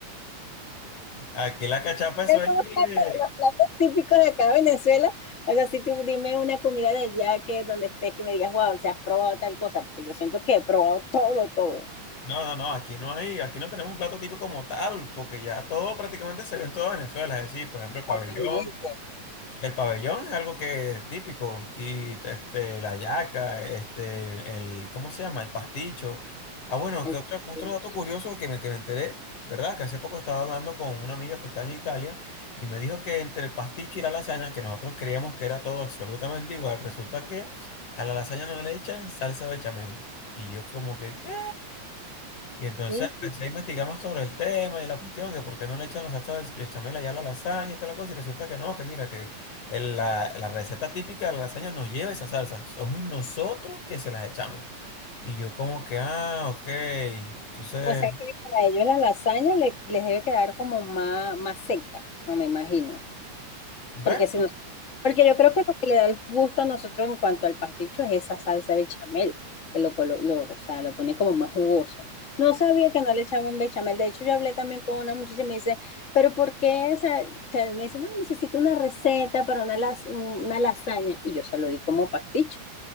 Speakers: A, on the left; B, on the left.
A: Aquí la cachapa, eso
B: Esos
A: es...
B: son los
A: eh,
B: platos, los platos típicos de acá de Venezuela. O sea, si tú dime una comida de allá que donde estés que me digas, wow, se has probado tal cosa, porque yo siento que he probado todo, todo,
A: No, no, no, aquí no hay, aquí no tenemos un plato típico como tal, porque ya todo prácticamente se ve en toda Venezuela, es decir, por ejemplo, el pabellón.
B: prácticamente.
A: El pabellón es algo que es típico y este la yaca, este el ¿cómo se llama? El pasticho. Ah, bueno,
B: El-
A: que otro otro
B: el-
A: dato curioso que me que me enteré, ¿verdad? Que hace poco estaba hablando con una amiga que está en Italia y me dijo que entre el pasticho y la lasaña, que nosotros creíamos que era todo absolutamente igual, resulta que a la lasaña no le echan salsa bechamel. Y yo como que ¿qué? Y entonces
B: sí.
A: empecé a investigar más sobre el tema y la cuestión, que por qué no le echan la salsa de bechamel allá a la lasaña y toda la cosa, y resulta que no, que mira, que el- la, la receta típica de la lasaña no lleva esa salsa, somos nosotros que se las echamos. Y yo como que, ah, ok, entonces,
B: O sea que para ellos la lasaña le- les debe quedar como más, más seca, no me imagino.
A: bueno,
B: Porque si nos, porque yo creo que lo que le da el gusto a nosotros en cuanto al pasticho es esa salsa bechamel, que lo, colo- lo, o sea, lo pone como más jugoso. No sabía que no le echaban bechamel. De hecho, yo hablé también con una muchacha y me dice, pero ¿por qué? O sea, o sea, me dice, no, necesito una receta para una, las- una lasaña. Y yo se lo di como pasticho.